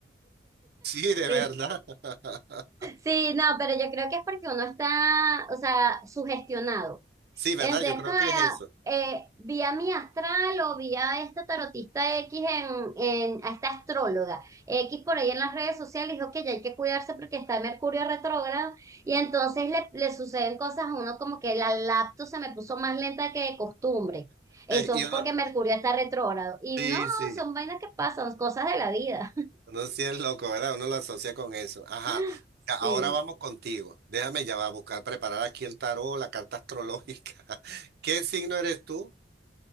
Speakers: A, on the right; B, on the right.
A: Sí, de
B: Sí,
A: verdad. <laughs>
B: sí, no, pero yo creo que es porque uno está, o sea, sugestionado.
A: Sí, ¿verdad?
B: Entonces,
A: Yo creo
B: como,
A: que
B: ah,
A: es eso. <laughs>
B: eh, vi a mi astral o vi a esta tarotista X en, en, a esta astróloga X por ahí en las redes sociales, dijo que ya hay que cuidarse porque está Mercurio retrógrado y entonces le, le suceden cosas a uno como que la laptop se me puso más lenta que de costumbre. Eso
A: y
B: es
A: uno,
B: porque Mercurio está retrógrado. Y
A: sí,
B: no,
A: sí,
B: son vainas que pasan, cosas de la vida.
A: uno sí es loco, ¿verdad? Uno lo asocia con eso. Ajá.
B: <laughs>
A: Ya, Ahora
B: Sí.
A: vamos contigo. Déjame ya va a buscar, preparar aquí el tarot, la carta astrológica. <laughs> ¿Qué signo eres tú,